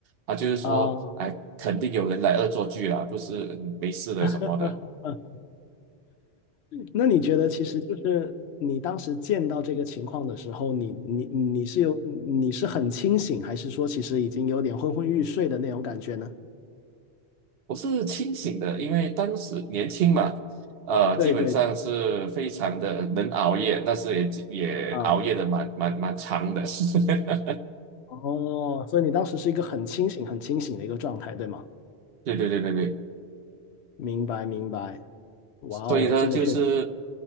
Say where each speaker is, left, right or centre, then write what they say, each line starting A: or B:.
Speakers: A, on the right; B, on the left.
A: 啊，就是说，
B: 啊。
A: 哎，肯定有人来恶作剧啦，不是嗯没事的什么的，
B: <laughs> 那你觉得，其实就是你当时见到这个情况的时候，你你你是有你是很清醒，还是说其实已经有点昏昏欲睡的那种感觉呢？
A: 我是清醒的，因为当时年轻嘛，呃，
B: 对对
A: 基本上是非常的能熬夜，那时也也熬夜的蛮蛮蛮长的。
B: 啊，
A: <laughs>
B: 哦，所以你当时是一个很清醒、很清醒的一个状态，对吗？
A: 对对对对对，
B: 明白明白，哇哦，
A: 所以呢，
B: 这个确实，
A: 就是